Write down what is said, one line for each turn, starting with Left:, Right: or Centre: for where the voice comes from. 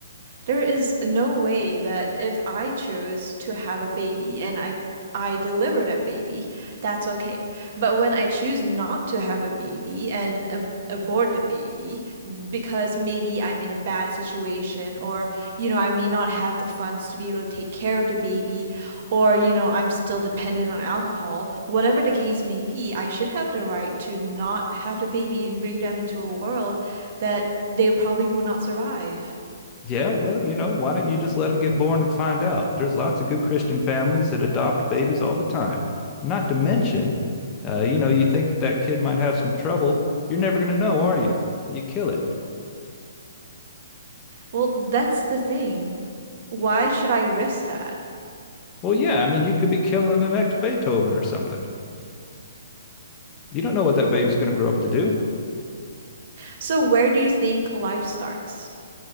Right: There is no way that if I chose to have a baby and I I deliver that baby, that's okay. But when I choose not to have a baby and ab- abort the baby because maybe I'm in a bad situation or you know I may not have the funds to be able to take care of the baby or you know I'm still dependent on alcohol, whatever the case may be, I should have the right to not have the baby and bring them into a world that they probably will not survive.
Left: Yeah, well, you know, why don't you just let them get born and find out? There's lots of good Christian families that adopt babies all the time. Not to mention, uh, you know, you think that that kid might have some trouble. You're never going to know, are you? You kill it.
Right: Well, that's the thing. Why should I risk that?
Left: Well, yeah, I mean, you could be killing the next Beethoven or something. You don't know what that baby's going to grow up to do.
Right: So, where do you think life starts?